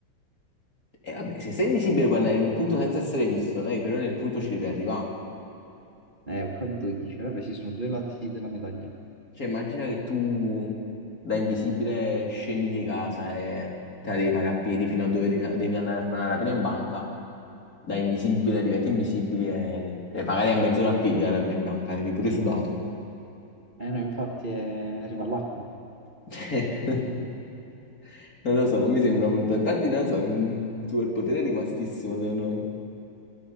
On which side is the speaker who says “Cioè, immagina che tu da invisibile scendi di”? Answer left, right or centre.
Left